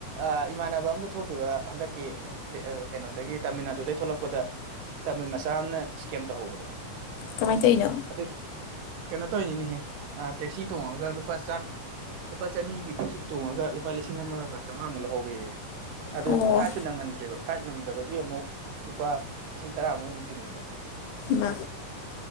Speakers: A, on the right (about 85°); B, on the left (about 80°).
A: ꯑ ꯏꯃꯥꯟꯅꯕ ꯑꯝꯗ ꯊꯣꯛꯈꯤꯕ ꯍꯟꯗꯛꯀꯤ ꯀꯩꯅꯣꯗꯒꯤ ꯇꯥꯃꯤꯜ ꯅꯥꯗꯨꯗꯩ ꯊꯣꯛꯂꯛꯄꯗ ꯇꯝꯃꯤ ꯃꯆꯥ ꯑꯃꯅ ꯏꯁꯀꯦꯝ ꯇꯧꯍꯧꯕꯗꯣ
B: ꯀꯃꯥꯏꯅ ꯇꯧꯏꯅꯣ
A: ꯑꯗꯨꯩ ꯀꯩꯅꯣ ꯇꯧꯔꯤꯅꯤꯅꯦꯍꯦ ꯇꯦꯛꯁꯤ ꯇꯣꯡꯉꯒ ꯂꯨꯄꯥ ꯂꯨꯄꯥ ꯆꯅꯤꯒꯤ ꯤꯁꯤ ꯇꯣꯡꯉꯒ ꯂꯨꯄꯥ ꯂꯤꯁꯤꯡ ꯑꯃꯒ ꯆꯧꯉꯥꯃꯨꯛ ꯂꯧꯍꯧꯒꯦꯑꯦ ꯑꯗꯨ
B: ꯑꯣ
A: ꯐ꯭ꯂꯥꯏꯠꯁꯨ ꯅꯪꯍꯟꯗ꯭ꯦꯔꯤꯕ ꯐ꯭ꯂꯥꯏꯠ ꯅꯪꯗꯕꯒꯤ ꯑꯃꯨꯛ ꯂꯨꯄꯥ ꯂꯤꯁꯤꯡ ꯇꯔꯥꯃꯨꯛ ꯑꯃꯨꯛ ꯇꯤꯡꯉꯦꯕ
B: ꯃꯥ